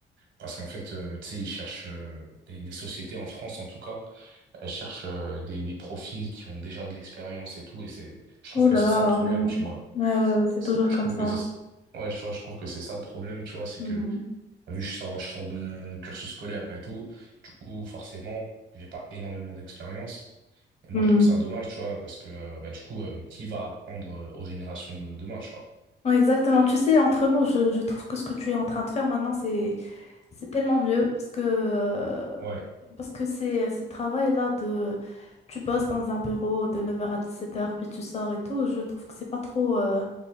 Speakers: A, on the right (about 70°); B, on the left (about 35°).
A: parce qu'en fait euh, tu sais ils cherchent euh, les, les sociétés en France en tout cas elles cherchent euh, des, des profils qui ont déjà de l'expérience et tout et c'est je trouve
B: Oh
A: que
B: là
A: c'est
B: là,
A: ça le problème
B: ouais,
A: tu vois
B: ouais, ouais, ouais, c'est
A: je
B: toujours
A: trou- je
B: comme
A: trouve
B: ça.
A: que c'est ouais tu vois je trouve que c'est ça le problème tu vois c'est
B: hmm,
A: que vu que je sors je sors de mon cursus scolaire et tout du coup forcément j'ai pas énormément d'expérience et
B: hmm.
A: moi je trouve ça dommage tu vois parce que euh, bah du coup euh, qui va apprendre euh, aux générations de demain tu vois
B: Ouais, exactement. Tu sais, entre nous, je, je trouve que ce que tu es en train de faire maintenant, c'est c'est tellement mieux parce que euh,
A: Ouais.
B: parce que ces, ces travails-là de tu bosses dans un bureau de neuf heures à dix-sept heures puis tu sors et tout, je trouve que c'est pas trop... euh,